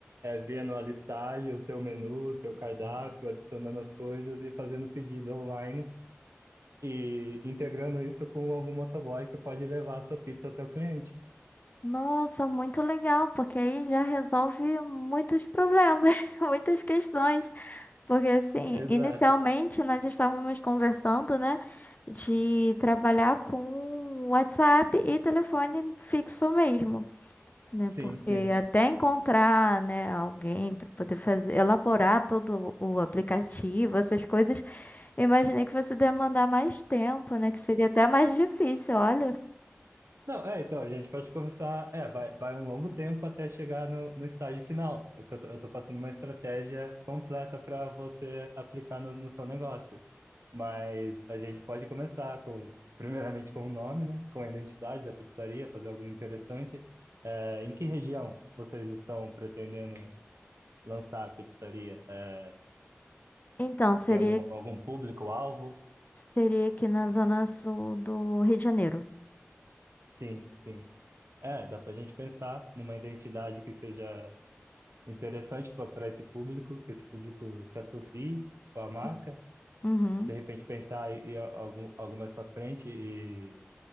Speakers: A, on the right; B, on the left.
A: vendo a listagem, o seu menu, o seu cardápio, adicionando as coisas e fazendo pedido online e integrando isso com algum motoboy que pode levar a sua pizza até o cliente.
B: Nossa, muito legal, porque aí já resolve muitos problemas, <laughs> muitas questões. Porque assim,
A: Exato.
B: inicialmente nós estávamos conversando, né, de trabalhar com WhatsApp e telefone fixo mesmo. né?
A: Sim,
B: Porque
A: sim.
B: até encontrar, né, alguém para poder fazer, elaborar todo o aplicativo, essas coisas, eu imaginei que fosse demandar mais tempo, né? Que seria até mais difícil, olha.
A: Não, é, então, a gente pode começar. É, vai, vai um longo tempo até chegar no, no estágio final. Eu, eu tô eu tô passando uma estratégia completa para você aplicar no, no seu negócio. Mas a gente pode começar com, primeiramente com o nome, né? Com a identidade da pizzaria, fazer algo interessante. É, em que região vocês estão pretendendo lançar a pizzaria? É,
B: Então, seria,
A: tem alguma, algum público-alvo?
B: seria aqui na zona sul do Rio de Janeiro.
A: Sim, sim. É, dá pra gente pensar numa identidade que seja interessante para esse público, que esse público se associe com a marca.
B: Hum, Uhum.
A: De repente pensar e, e algum, algo mais para frente e